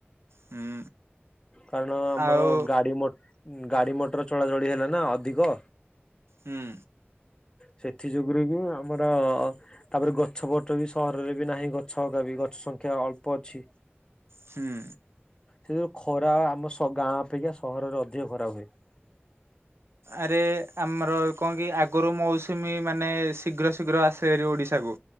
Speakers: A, on the right; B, on the left.
A: ହୁଁ
B: କାରଣ ଆମର
A: ଆଉ
B: ଗାଡି ମଟ ଗାଡି ମଟର ଚଳାଚଳି ହେଲା ନା ଅଧିକ।
A: ହୁଁ।
B: ସେଥି ଯୋଗୁରୁ ହିଁ ଆମର ତାପରେ ଗ ଛ ପଟ ବି ସହରରେ ବି ନାହିଁ ଗଛ ହେକା ବି ଗଛ ସଂଖ୍ୟା ଅଳ୍ପ ଅଛି।
A: ହୁଁ।
B: ସେଯୋଗୁ ଖରା ଆମ ସ ଗାଁ ଅପେକ୍ଷା ସହରରେ ଅଧିକ ଖରା ହୁଏ।
A: ଆରେ ଆମର କଣ କି ଆଗରୁ ମୌସୁମୀ ମାନେ ଶୀଘ୍ର ଶୀଘ୍ର ଆସେ ଏରି ଓଡିଶାକୁ।